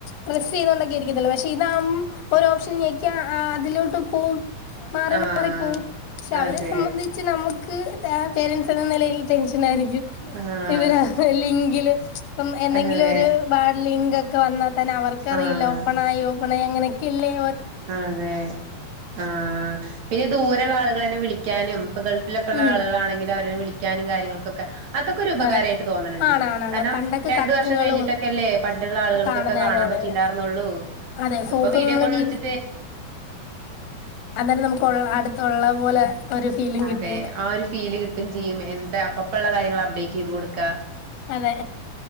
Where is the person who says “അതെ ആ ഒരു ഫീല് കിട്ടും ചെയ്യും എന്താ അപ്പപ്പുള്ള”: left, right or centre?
Right